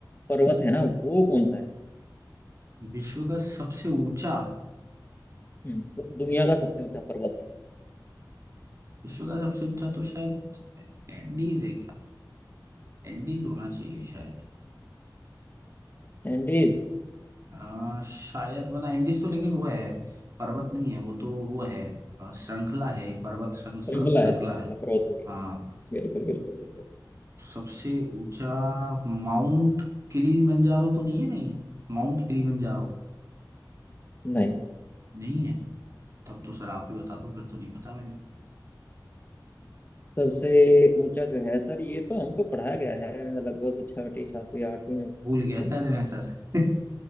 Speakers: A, on the left; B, on the right.
A: पर्वत है ना वो कौन सा है
B: विश्व का सबसे ऊंचा
A: हम्म, स- दुनिया का सबसे ऊंचा पर्वत
B: विश्व का सबसे ऊंचा तो शायद एंडीज है क्या एंडीज होना चाहिए शायद
A: एंडीज
B: आ, शायद मतलब एंडीज तो लेकिन वो है पर्वत नहीं है वो तो वो है आ, श्रृंखला है एक पर्वत श्रृंखला
A: श्रृंखला
B: श्रृंखला
A: है श्रृंखला
B: है
A: पर्वत होगी
B: हाँ
A: बिल्कुल बिल्कुल बिल्कुल
B: तो सबसे ऊंचा माउंट किलीमंजारो तो नहीं है नहीं माउंट किलीमंजारो
A: नहीं
B: नहीं है तब तो सर आप ही बता दो फिर तो नहीं पता मैंने
A: सबसे ऊंचा जो है सर ये तो हमको पढ़ाया गया है लगभग छठी सातवीं आठवीं में
B: भूल गया
A: भी
B: शायद मैं सर <laughs>